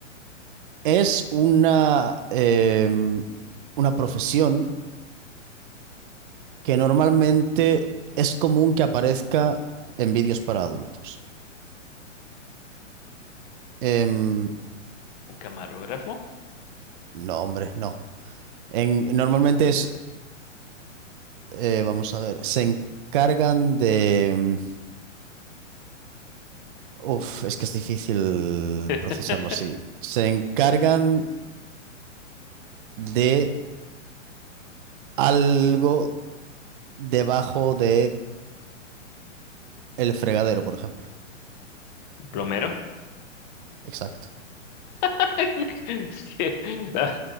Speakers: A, on the right; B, on the left.
A: Es una, em, una profesión que normalmente es común que aparezca en vídeos para adultos. Em,
B: un camarógrafo,
A: no, hombre, no. En- normalmente es Eh, vamos a ver. Se encargan de... mm, Uf, es que es difícil
B: <laughs>
A: procesarlo así. Se encargan de algo debajo de el fregadero, por ejemplo.
B: plomero.
A: Exacto.
B: <laughs> Sí, La,